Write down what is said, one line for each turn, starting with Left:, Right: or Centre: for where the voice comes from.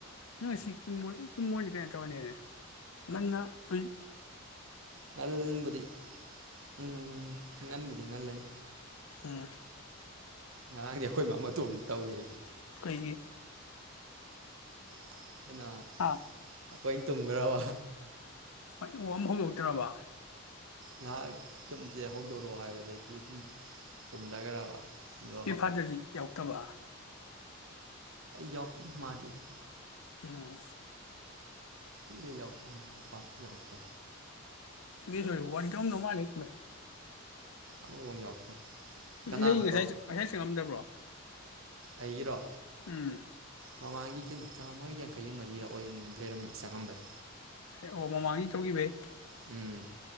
Left: ꯅꯣꯏ ꯁꯤ ꯀꯃꯣ ꯀꯃꯣꯟ ꯀꯩꯅ ꯇꯧꯅꯤꯅꯦ ꯉꯟꯅ ꯑꯩ
Right: ꯉꯜꯕꯗꯤ ꯎꯝ ꯉꯟꯕꯨꯗꯤ ꯉꯜꯂꯅꯤ
Left: ꯎꯝ
Right: ꯉꯔꯥꯡꯗꯤ ꯑꯩꯈꯣꯏ ꯃꯥ ꯃꯇꯣꯝꯇ ꯇꯧꯏ
Left: ꯑꯩꯈꯣꯏꯒꯤ
Right: <unintelligible>
Left: ꯑꯥ
Right: ꯇꯨꯝꯒ꯭ꯔꯕ
Left: ꯍ ꯎ ꯑꯃ ꯍꯧꯗꯣꯛꯇ꯭ꯔꯕ
Right: ꯉꯥꯏꯍꯥꯛ ꯇꯨꯝꯁꯦ ꯍꯧꯗꯣꯔꯣꯑꯣ ꯍꯥꯏꯕꯗꯒꯤ ꯑꯗꯨꯝ ꯇꯨꯝꯊꯈ꯭ꯔꯕ ꯑꯗꯣ
Left: ꯄ ꯐꯥꯗꯗꯤ ꯌꯥꯎꯛꯇꯕ
Right: ꯌꯥꯎ ꯍꯗ ꯑꯗꯨꯣ
Left: ꯎꯝ
Right: ꯨꯔ ꯌꯥꯎꯛꯇ ꯑꯦ ꯄꯥꯛ ꯌꯥꯎꯛꯇ
Left: ꯃꯤ ꯋꯥ ꯈꯧꯝꯗꯧ ꯃꯥꯜꯂ ꯎ
Right: ꯑꯃꯐꯥꯎ ꯌꯥꯎꯗꯕ ꯀꯅꯥꯅꯣ
Left: ꯅ ꯉꯁꯥꯏ ꯉꯁꯥꯏ ꯆꯪꯉꯝꯗꯕ꯭ꯔꯣ
Right: ꯑꯩꯔꯣ
Left: ꯎꯝ
Right: ꯃꯃꯥꯡꯒꯤ ꯀ ꯆꯥꯝꯃꯒ ꯌꯥꯡꯈꯩꯒ ꯃꯔꯤꯗ ꯑꯣꯏ ꯂꯩꯔꯝꯃꯤ ꯆꯪꯉꯝꯕꯩ
Left: ꯑꯦ ꯑꯣ ꯃꯃꯥꯡꯒꯤ ꯇꯧꯈꯤꯕꯩ
Right: ꯎꯝ